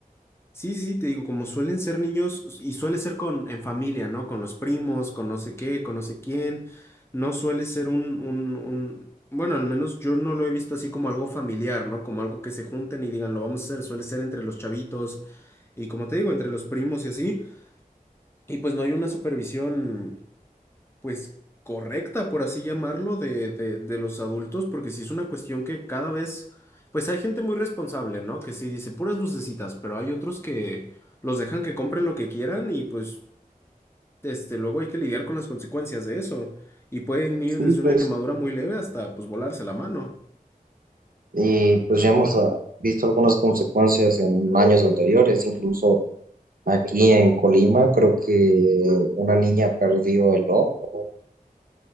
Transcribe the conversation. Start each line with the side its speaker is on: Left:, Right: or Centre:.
Left: Sí, sí, sí, te digo, como suelen ser niños y suele ser con en familia, ¿no? Con los primos, con no sé qué, con no sé quién. No suele ser un, un, un- bueno, al menos yo no lo he visto así como algo familiar, ¿no? Como algo que se junten y digan, lo vamos a hacer. Suele ser entre los chavitos y como te digo, entre los primos y así. Y pues no hay una supervisión pues correcta, por así llamarlo, de, de, de los adultos, porque sí es una cuestión que cada vez, pues hay gente muy responsable, ¿no? Que sí dice puras lucecitas, pero hay otros que los dejan que compren lo que quieran y pues este, luego hay que lidiar con las consecuencias de eso. Y pueden ir
Right: Sí,
Left: desde una
Right: pues
Left: quemadura muy leve hasta pues volarse la mano.
Right: Y pues ya hemos ah, visto algunas consecuencias en años anteriores, incluso aquí en Colima, creo que una niña perdió el ojo